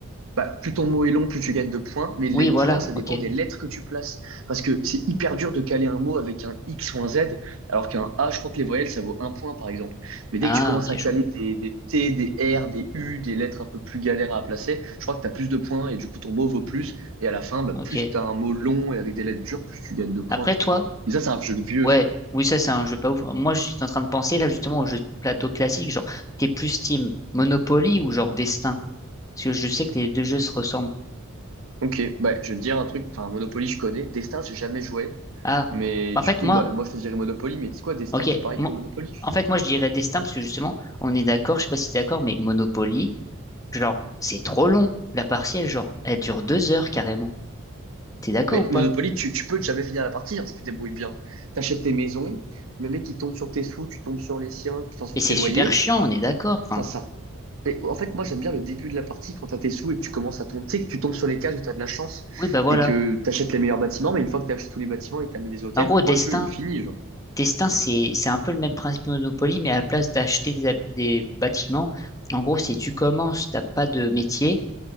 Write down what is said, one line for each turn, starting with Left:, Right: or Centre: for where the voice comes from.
Right: Bah, plus ton mot est long, plus tu gagnes de points, mais les
Left: Oui,
Right: points,
Left: voilà.
Right: ça dépend
Left: Ok.
Right: des lettres que tu places. Parce que c'est hyper dur de caler un mot avec un X ou un Z, alors qu'un A, je crois que les voyelles, ça vaut un point, par exemple. Mais dès
Left: Ah,
Right: que tu commences
Left: ok,
Right: à
Left: je
Right: caler
Left: vois.
Right: des, des T, des R, des U, des lettres un peu plus galères à placer, je crois que tu as plus de points et du coup, ton mot vaut plus. Et à la fin, bah,
Left: Ok.
Right: plus tu as un mot long et avec des lettres dures, plus tu gagnes de points,
Left: Après
Right: quoi.
Left: toi,
Right: Mais ça, c'est un jeu de vieux,
Left: ouais.
Right: ça.
Left: Oui, ça c'est un jeu pas ouf. Moi, je suis en train de penser là justement au jeu de plateau classique, genre t'es plus team Monopoly ou genre Destin, parce que je sais que les deux jeux se ressemblent.
Right: Ok, bah, je vais te dire un truc. Enfin, Monopoly, je connais. Destin, j'ai jamais joué.
Left: Ah.
Right: Mais
Left: En
Right: du
Left: fait,
Right: coup,
Left: moi.
Right: bah, moi, je te dirais Monopoly, mais c'est quoi Destin?
Left: Ok.
Right: C'est pareil
Left: Mo-
Right: que Monopoly, tu
Left: En
Right: dis
Left: fait, moi, je dirais destin parce que justement, on est d'accord, je sais pas si t'es d'accord, mais Monopoly, genre, c'est trop long. La partielle, genre, elle dure deux heures carrément. T'es d'accord
Right: Mais
Left: ou pas?
Right: Monopoly, tu, tu peux jamais finir la partie hein, si tu te débrouilles bien. T'achètes tes maisons, le mec il tombe sur tes sous, tu tombes sur les siens, enfin sur
Left: Et c'est
Right: ses loyers.
Left: super chiant, on est d'accord. Enfin,
Right: Enfin, ça. Et en fait, moi j'aime bien le début de la partie quand t'as tes sous et que tu commences à tomber. Tu sais que tu tombes sur les cases où t'as de la chance
Left: oui, bah voilà.
Right: et que t'achètes les meilleurs bâtiments, mais une fois que t'achètes tous les bâtiments et que t'as mis des hôtels,
Left: En gros,
Right: pour
Left: destin,
Right: moi le jeu il est fini, genre.
Left: destin, c'est, c'est un peu le même principe que Monopoly, mais à la place d'acheter des, hab- des bâtiments, en gros, c'est tu commences, t'as pas de métier,